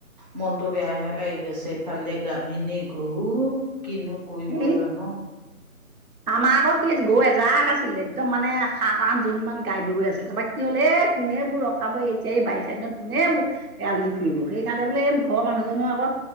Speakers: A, on the right; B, on the right.
A: মনটো বেয়াহে লাগি গৈছে, ইফালে দি গাভিনী গৰু কিনো কৰিব
B: এ
A: জানো।
B: আমাৰ আকৌ কি গৰু এজাক আছিলে একদম মানে সাত আঠজনী মান গাই গৈ আছিলে, তাৰপা কি হ'ল এ কোনে এইবোৰ ৰখাব এতিয়া এই বাৰিষা দিনত কোনে এইবোৰ এআলি ফুৰিব সেইকাৰণে বোলে এই ঘৰৰ মানুহজনো আকৌ